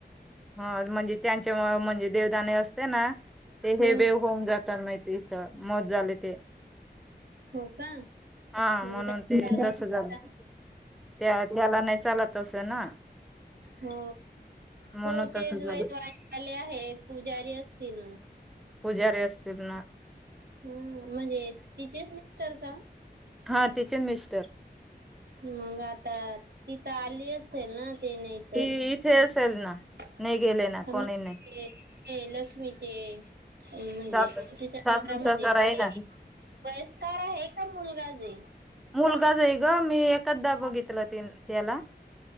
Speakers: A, in the centre; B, on the right (about 70°).
A: हा म्हणजे त्यांच्या मूळं म्हणजे देवदाणे असते ना ते
B: हम्म
A: हे देव होऊन जाताल नाही इथं मग झाले ते
B: हो. का
A: हा
B: म्हणजे
A: म्हणून
B: त्या
A: ते
B: चालत
A: तसं
B: नाही
A: झालं,
B: का
A: त्या-त्याला नाही चालत. तसं ना
B: हो.
A: म्हणून
B: हो तेच
A: तसं झालं
B: <unintelligible> आले आहे पुजारी असतील मग.
A: पूजारी असतील ना?
B: हम्म म्हणजे तिचेच मिस्टर का?
A: हा तिचे मिस्टर.
B: मग आता तिथं आली असेल ना? ते नाही तर,
A: ती इथे असेल ना
B: <unintelligible>
A: नाही गेले ना कोणी नाही
B: केलं मीचे <unintelligible> म्हणजे
A: सासू
B: तिचा
A: सासू
B: नवरा
A: सासरा
B: म्हणजे <unintelligible>
A: आहे ना
B: वयस्कार आहे का? मुलगाच हे.
A: मुलगाच आहे का मी एकदा बघितलं तिन त्याला.